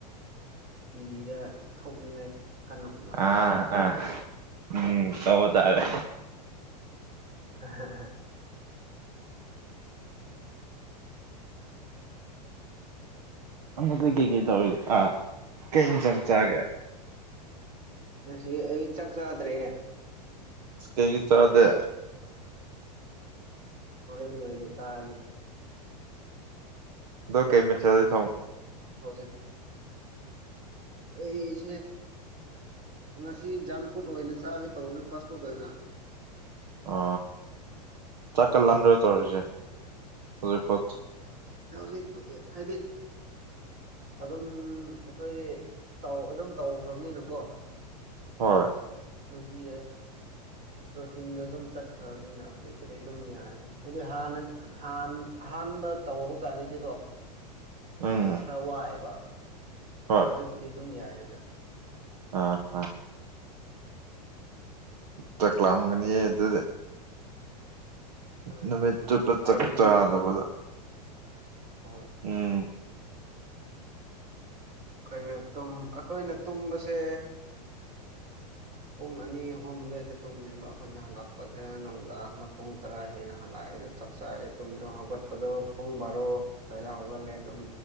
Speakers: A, on the right; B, on the right.
A: ꯇꯤꯚꯤꯗ ꯊꯣꯛꯅꯤꯡꯉꯥꯏ ꯀꯟꯅ ꯍꯣꯠꯅꯔꯣ
B: ꯑꯥ ꯑꯥ ꯎꯝ ꯇꯧꯕ ꯇꯥꯔꯦ
A: <unintelligible>
B: ꯍꯟꯗꯛꯛꯇꯤ ꯀꯩꯀꯩ ꯇꯧꯔꯤ ꯑꯥ ꯀꯩ ꯏ ꯆꯪ ꯆꯒꯦ
A: ꯉꯁꯤ ꯑꯩ ꯆꯥꯛ ꯆꯥꯗ꯭ꯔꯦ
B: ꯀ ꯆꯥꯗ
A: ꯍꯔ ꯇꯥꯅꯤ
B: ꯗꯗꯨ ꯀꯩꯃꯤ ꯆꯂ ꯊꯥꯣꯡ
A: ꯍꯧꯖꯤꯠ ꯑꯩꯁꯦ ꯉꯁꯤ ꯖꯪ ꯐꯨꯗ ꯑꯣꯏꯅ ꯆꯥꯒꯦ ꯇꯧꯕꯅꯤ ꯐꯥꯁ ꯐꯨꯗ ꯑꯣꯏꯅ
B: ꯑ ꯆꯥꯛꯀ ꯂꯥꯟꯗ꯭ꯔ ꯇꯔꯁꯦ ꯍꯧꯖꯤ ꯐ
A: ꯍ ꯁꯤꯛꯄꯗꯤ ꯍꯥꯏꯗꯤ ꯑꯗꯨꯝ ꯑꯩꯈꯣꯏ ꯑꯗꯨꯝ ꯇꯧꯈ꯭ꯔꯕꯅꯤꯅꯀꯣ
B: ꯍꯣꯏ
A: ꯗꯤ ꯔꯣꯇꯤꯟꯗꯣ ꯑꯗꯨꯝ ꯆꯠꯈ꯭ꯔꯕꯅꯤꯅ ꯍꯧꯖꯤꯛꯄꯨꯗꯤ ꯑꯗꯨꯝ ꯌꯥꯏꯗ ꯍꯥꯏꯗꯤ ꯍꯥꯟꯅꯗꯤꯥꯟ ꯑꯍꯥꯟꯕ ꯇꯧꯕ ꯀꯥꯟꯗꯗꯤꯀꯣ
B: ꯎꯝ
A: ꯈꯔ ꯋꯥꯑꯦꯕ ꯑꯗꯣ
B: ꯍꯣꯏ
A: ꯍꯧꯖꯤꯛꯄꯨꯗꯤ ꯑꯗꯨꯝ ꯌꯥꯏꯦꯗ
B: ꯑꯥ ꯑꯥ ꯆꯥꯛꯂꯝꯛꯑꯝꯒꯅꯤꯌꯦ ꯑꯗꯨꯗꯤ
A: ꯍꯣꯏ
B: ꯅꯨꯃꯤꯠꯇꯠꯇꯨ ꯄ
A: ꯇꯥꯏꯃꯤꯡꯗꯣ
B: ꯆꯞ ꯆꯥꯗꯕꯗ
A: ꯍꯣꯏ
B: ꯎꯝ
A: ꯑꯩꯈꯣꯏꯅ ꯑꯩꯈꯣꯏꯅ ꯇꯨꯝꯕꯁꯦ ꯄꯨꯡ ꯑꯅꯤ ꯑꯍꯨꯝꯗꯏꯗ ꯇꯨꯝꯃꯦꯕ ꯑꯩꯈꯣꯏꯅ ꯍꯜꯂꯛꯄꯗ ꯅꯨꯡꯗꯥꯡꯅ ꯄꯨꯡ ꯇꯔꯥ ꯍꯦꯟꯅ ꯍꯜꯂꯛꯑꯦ ꯑꯩꯗꯣ ꯆꯥꯛ ꯆꯥꯗꯣ ꯍꯧꯒꯠꯄꯗꯣ ꯄꯨꯡ ꯕꯥꯔꯣ ꯁ꯭ꯋꯥꯏꯗꯥ ꯍꯧꯒꯠꯂꯦ ꯑꯗꯨꯝ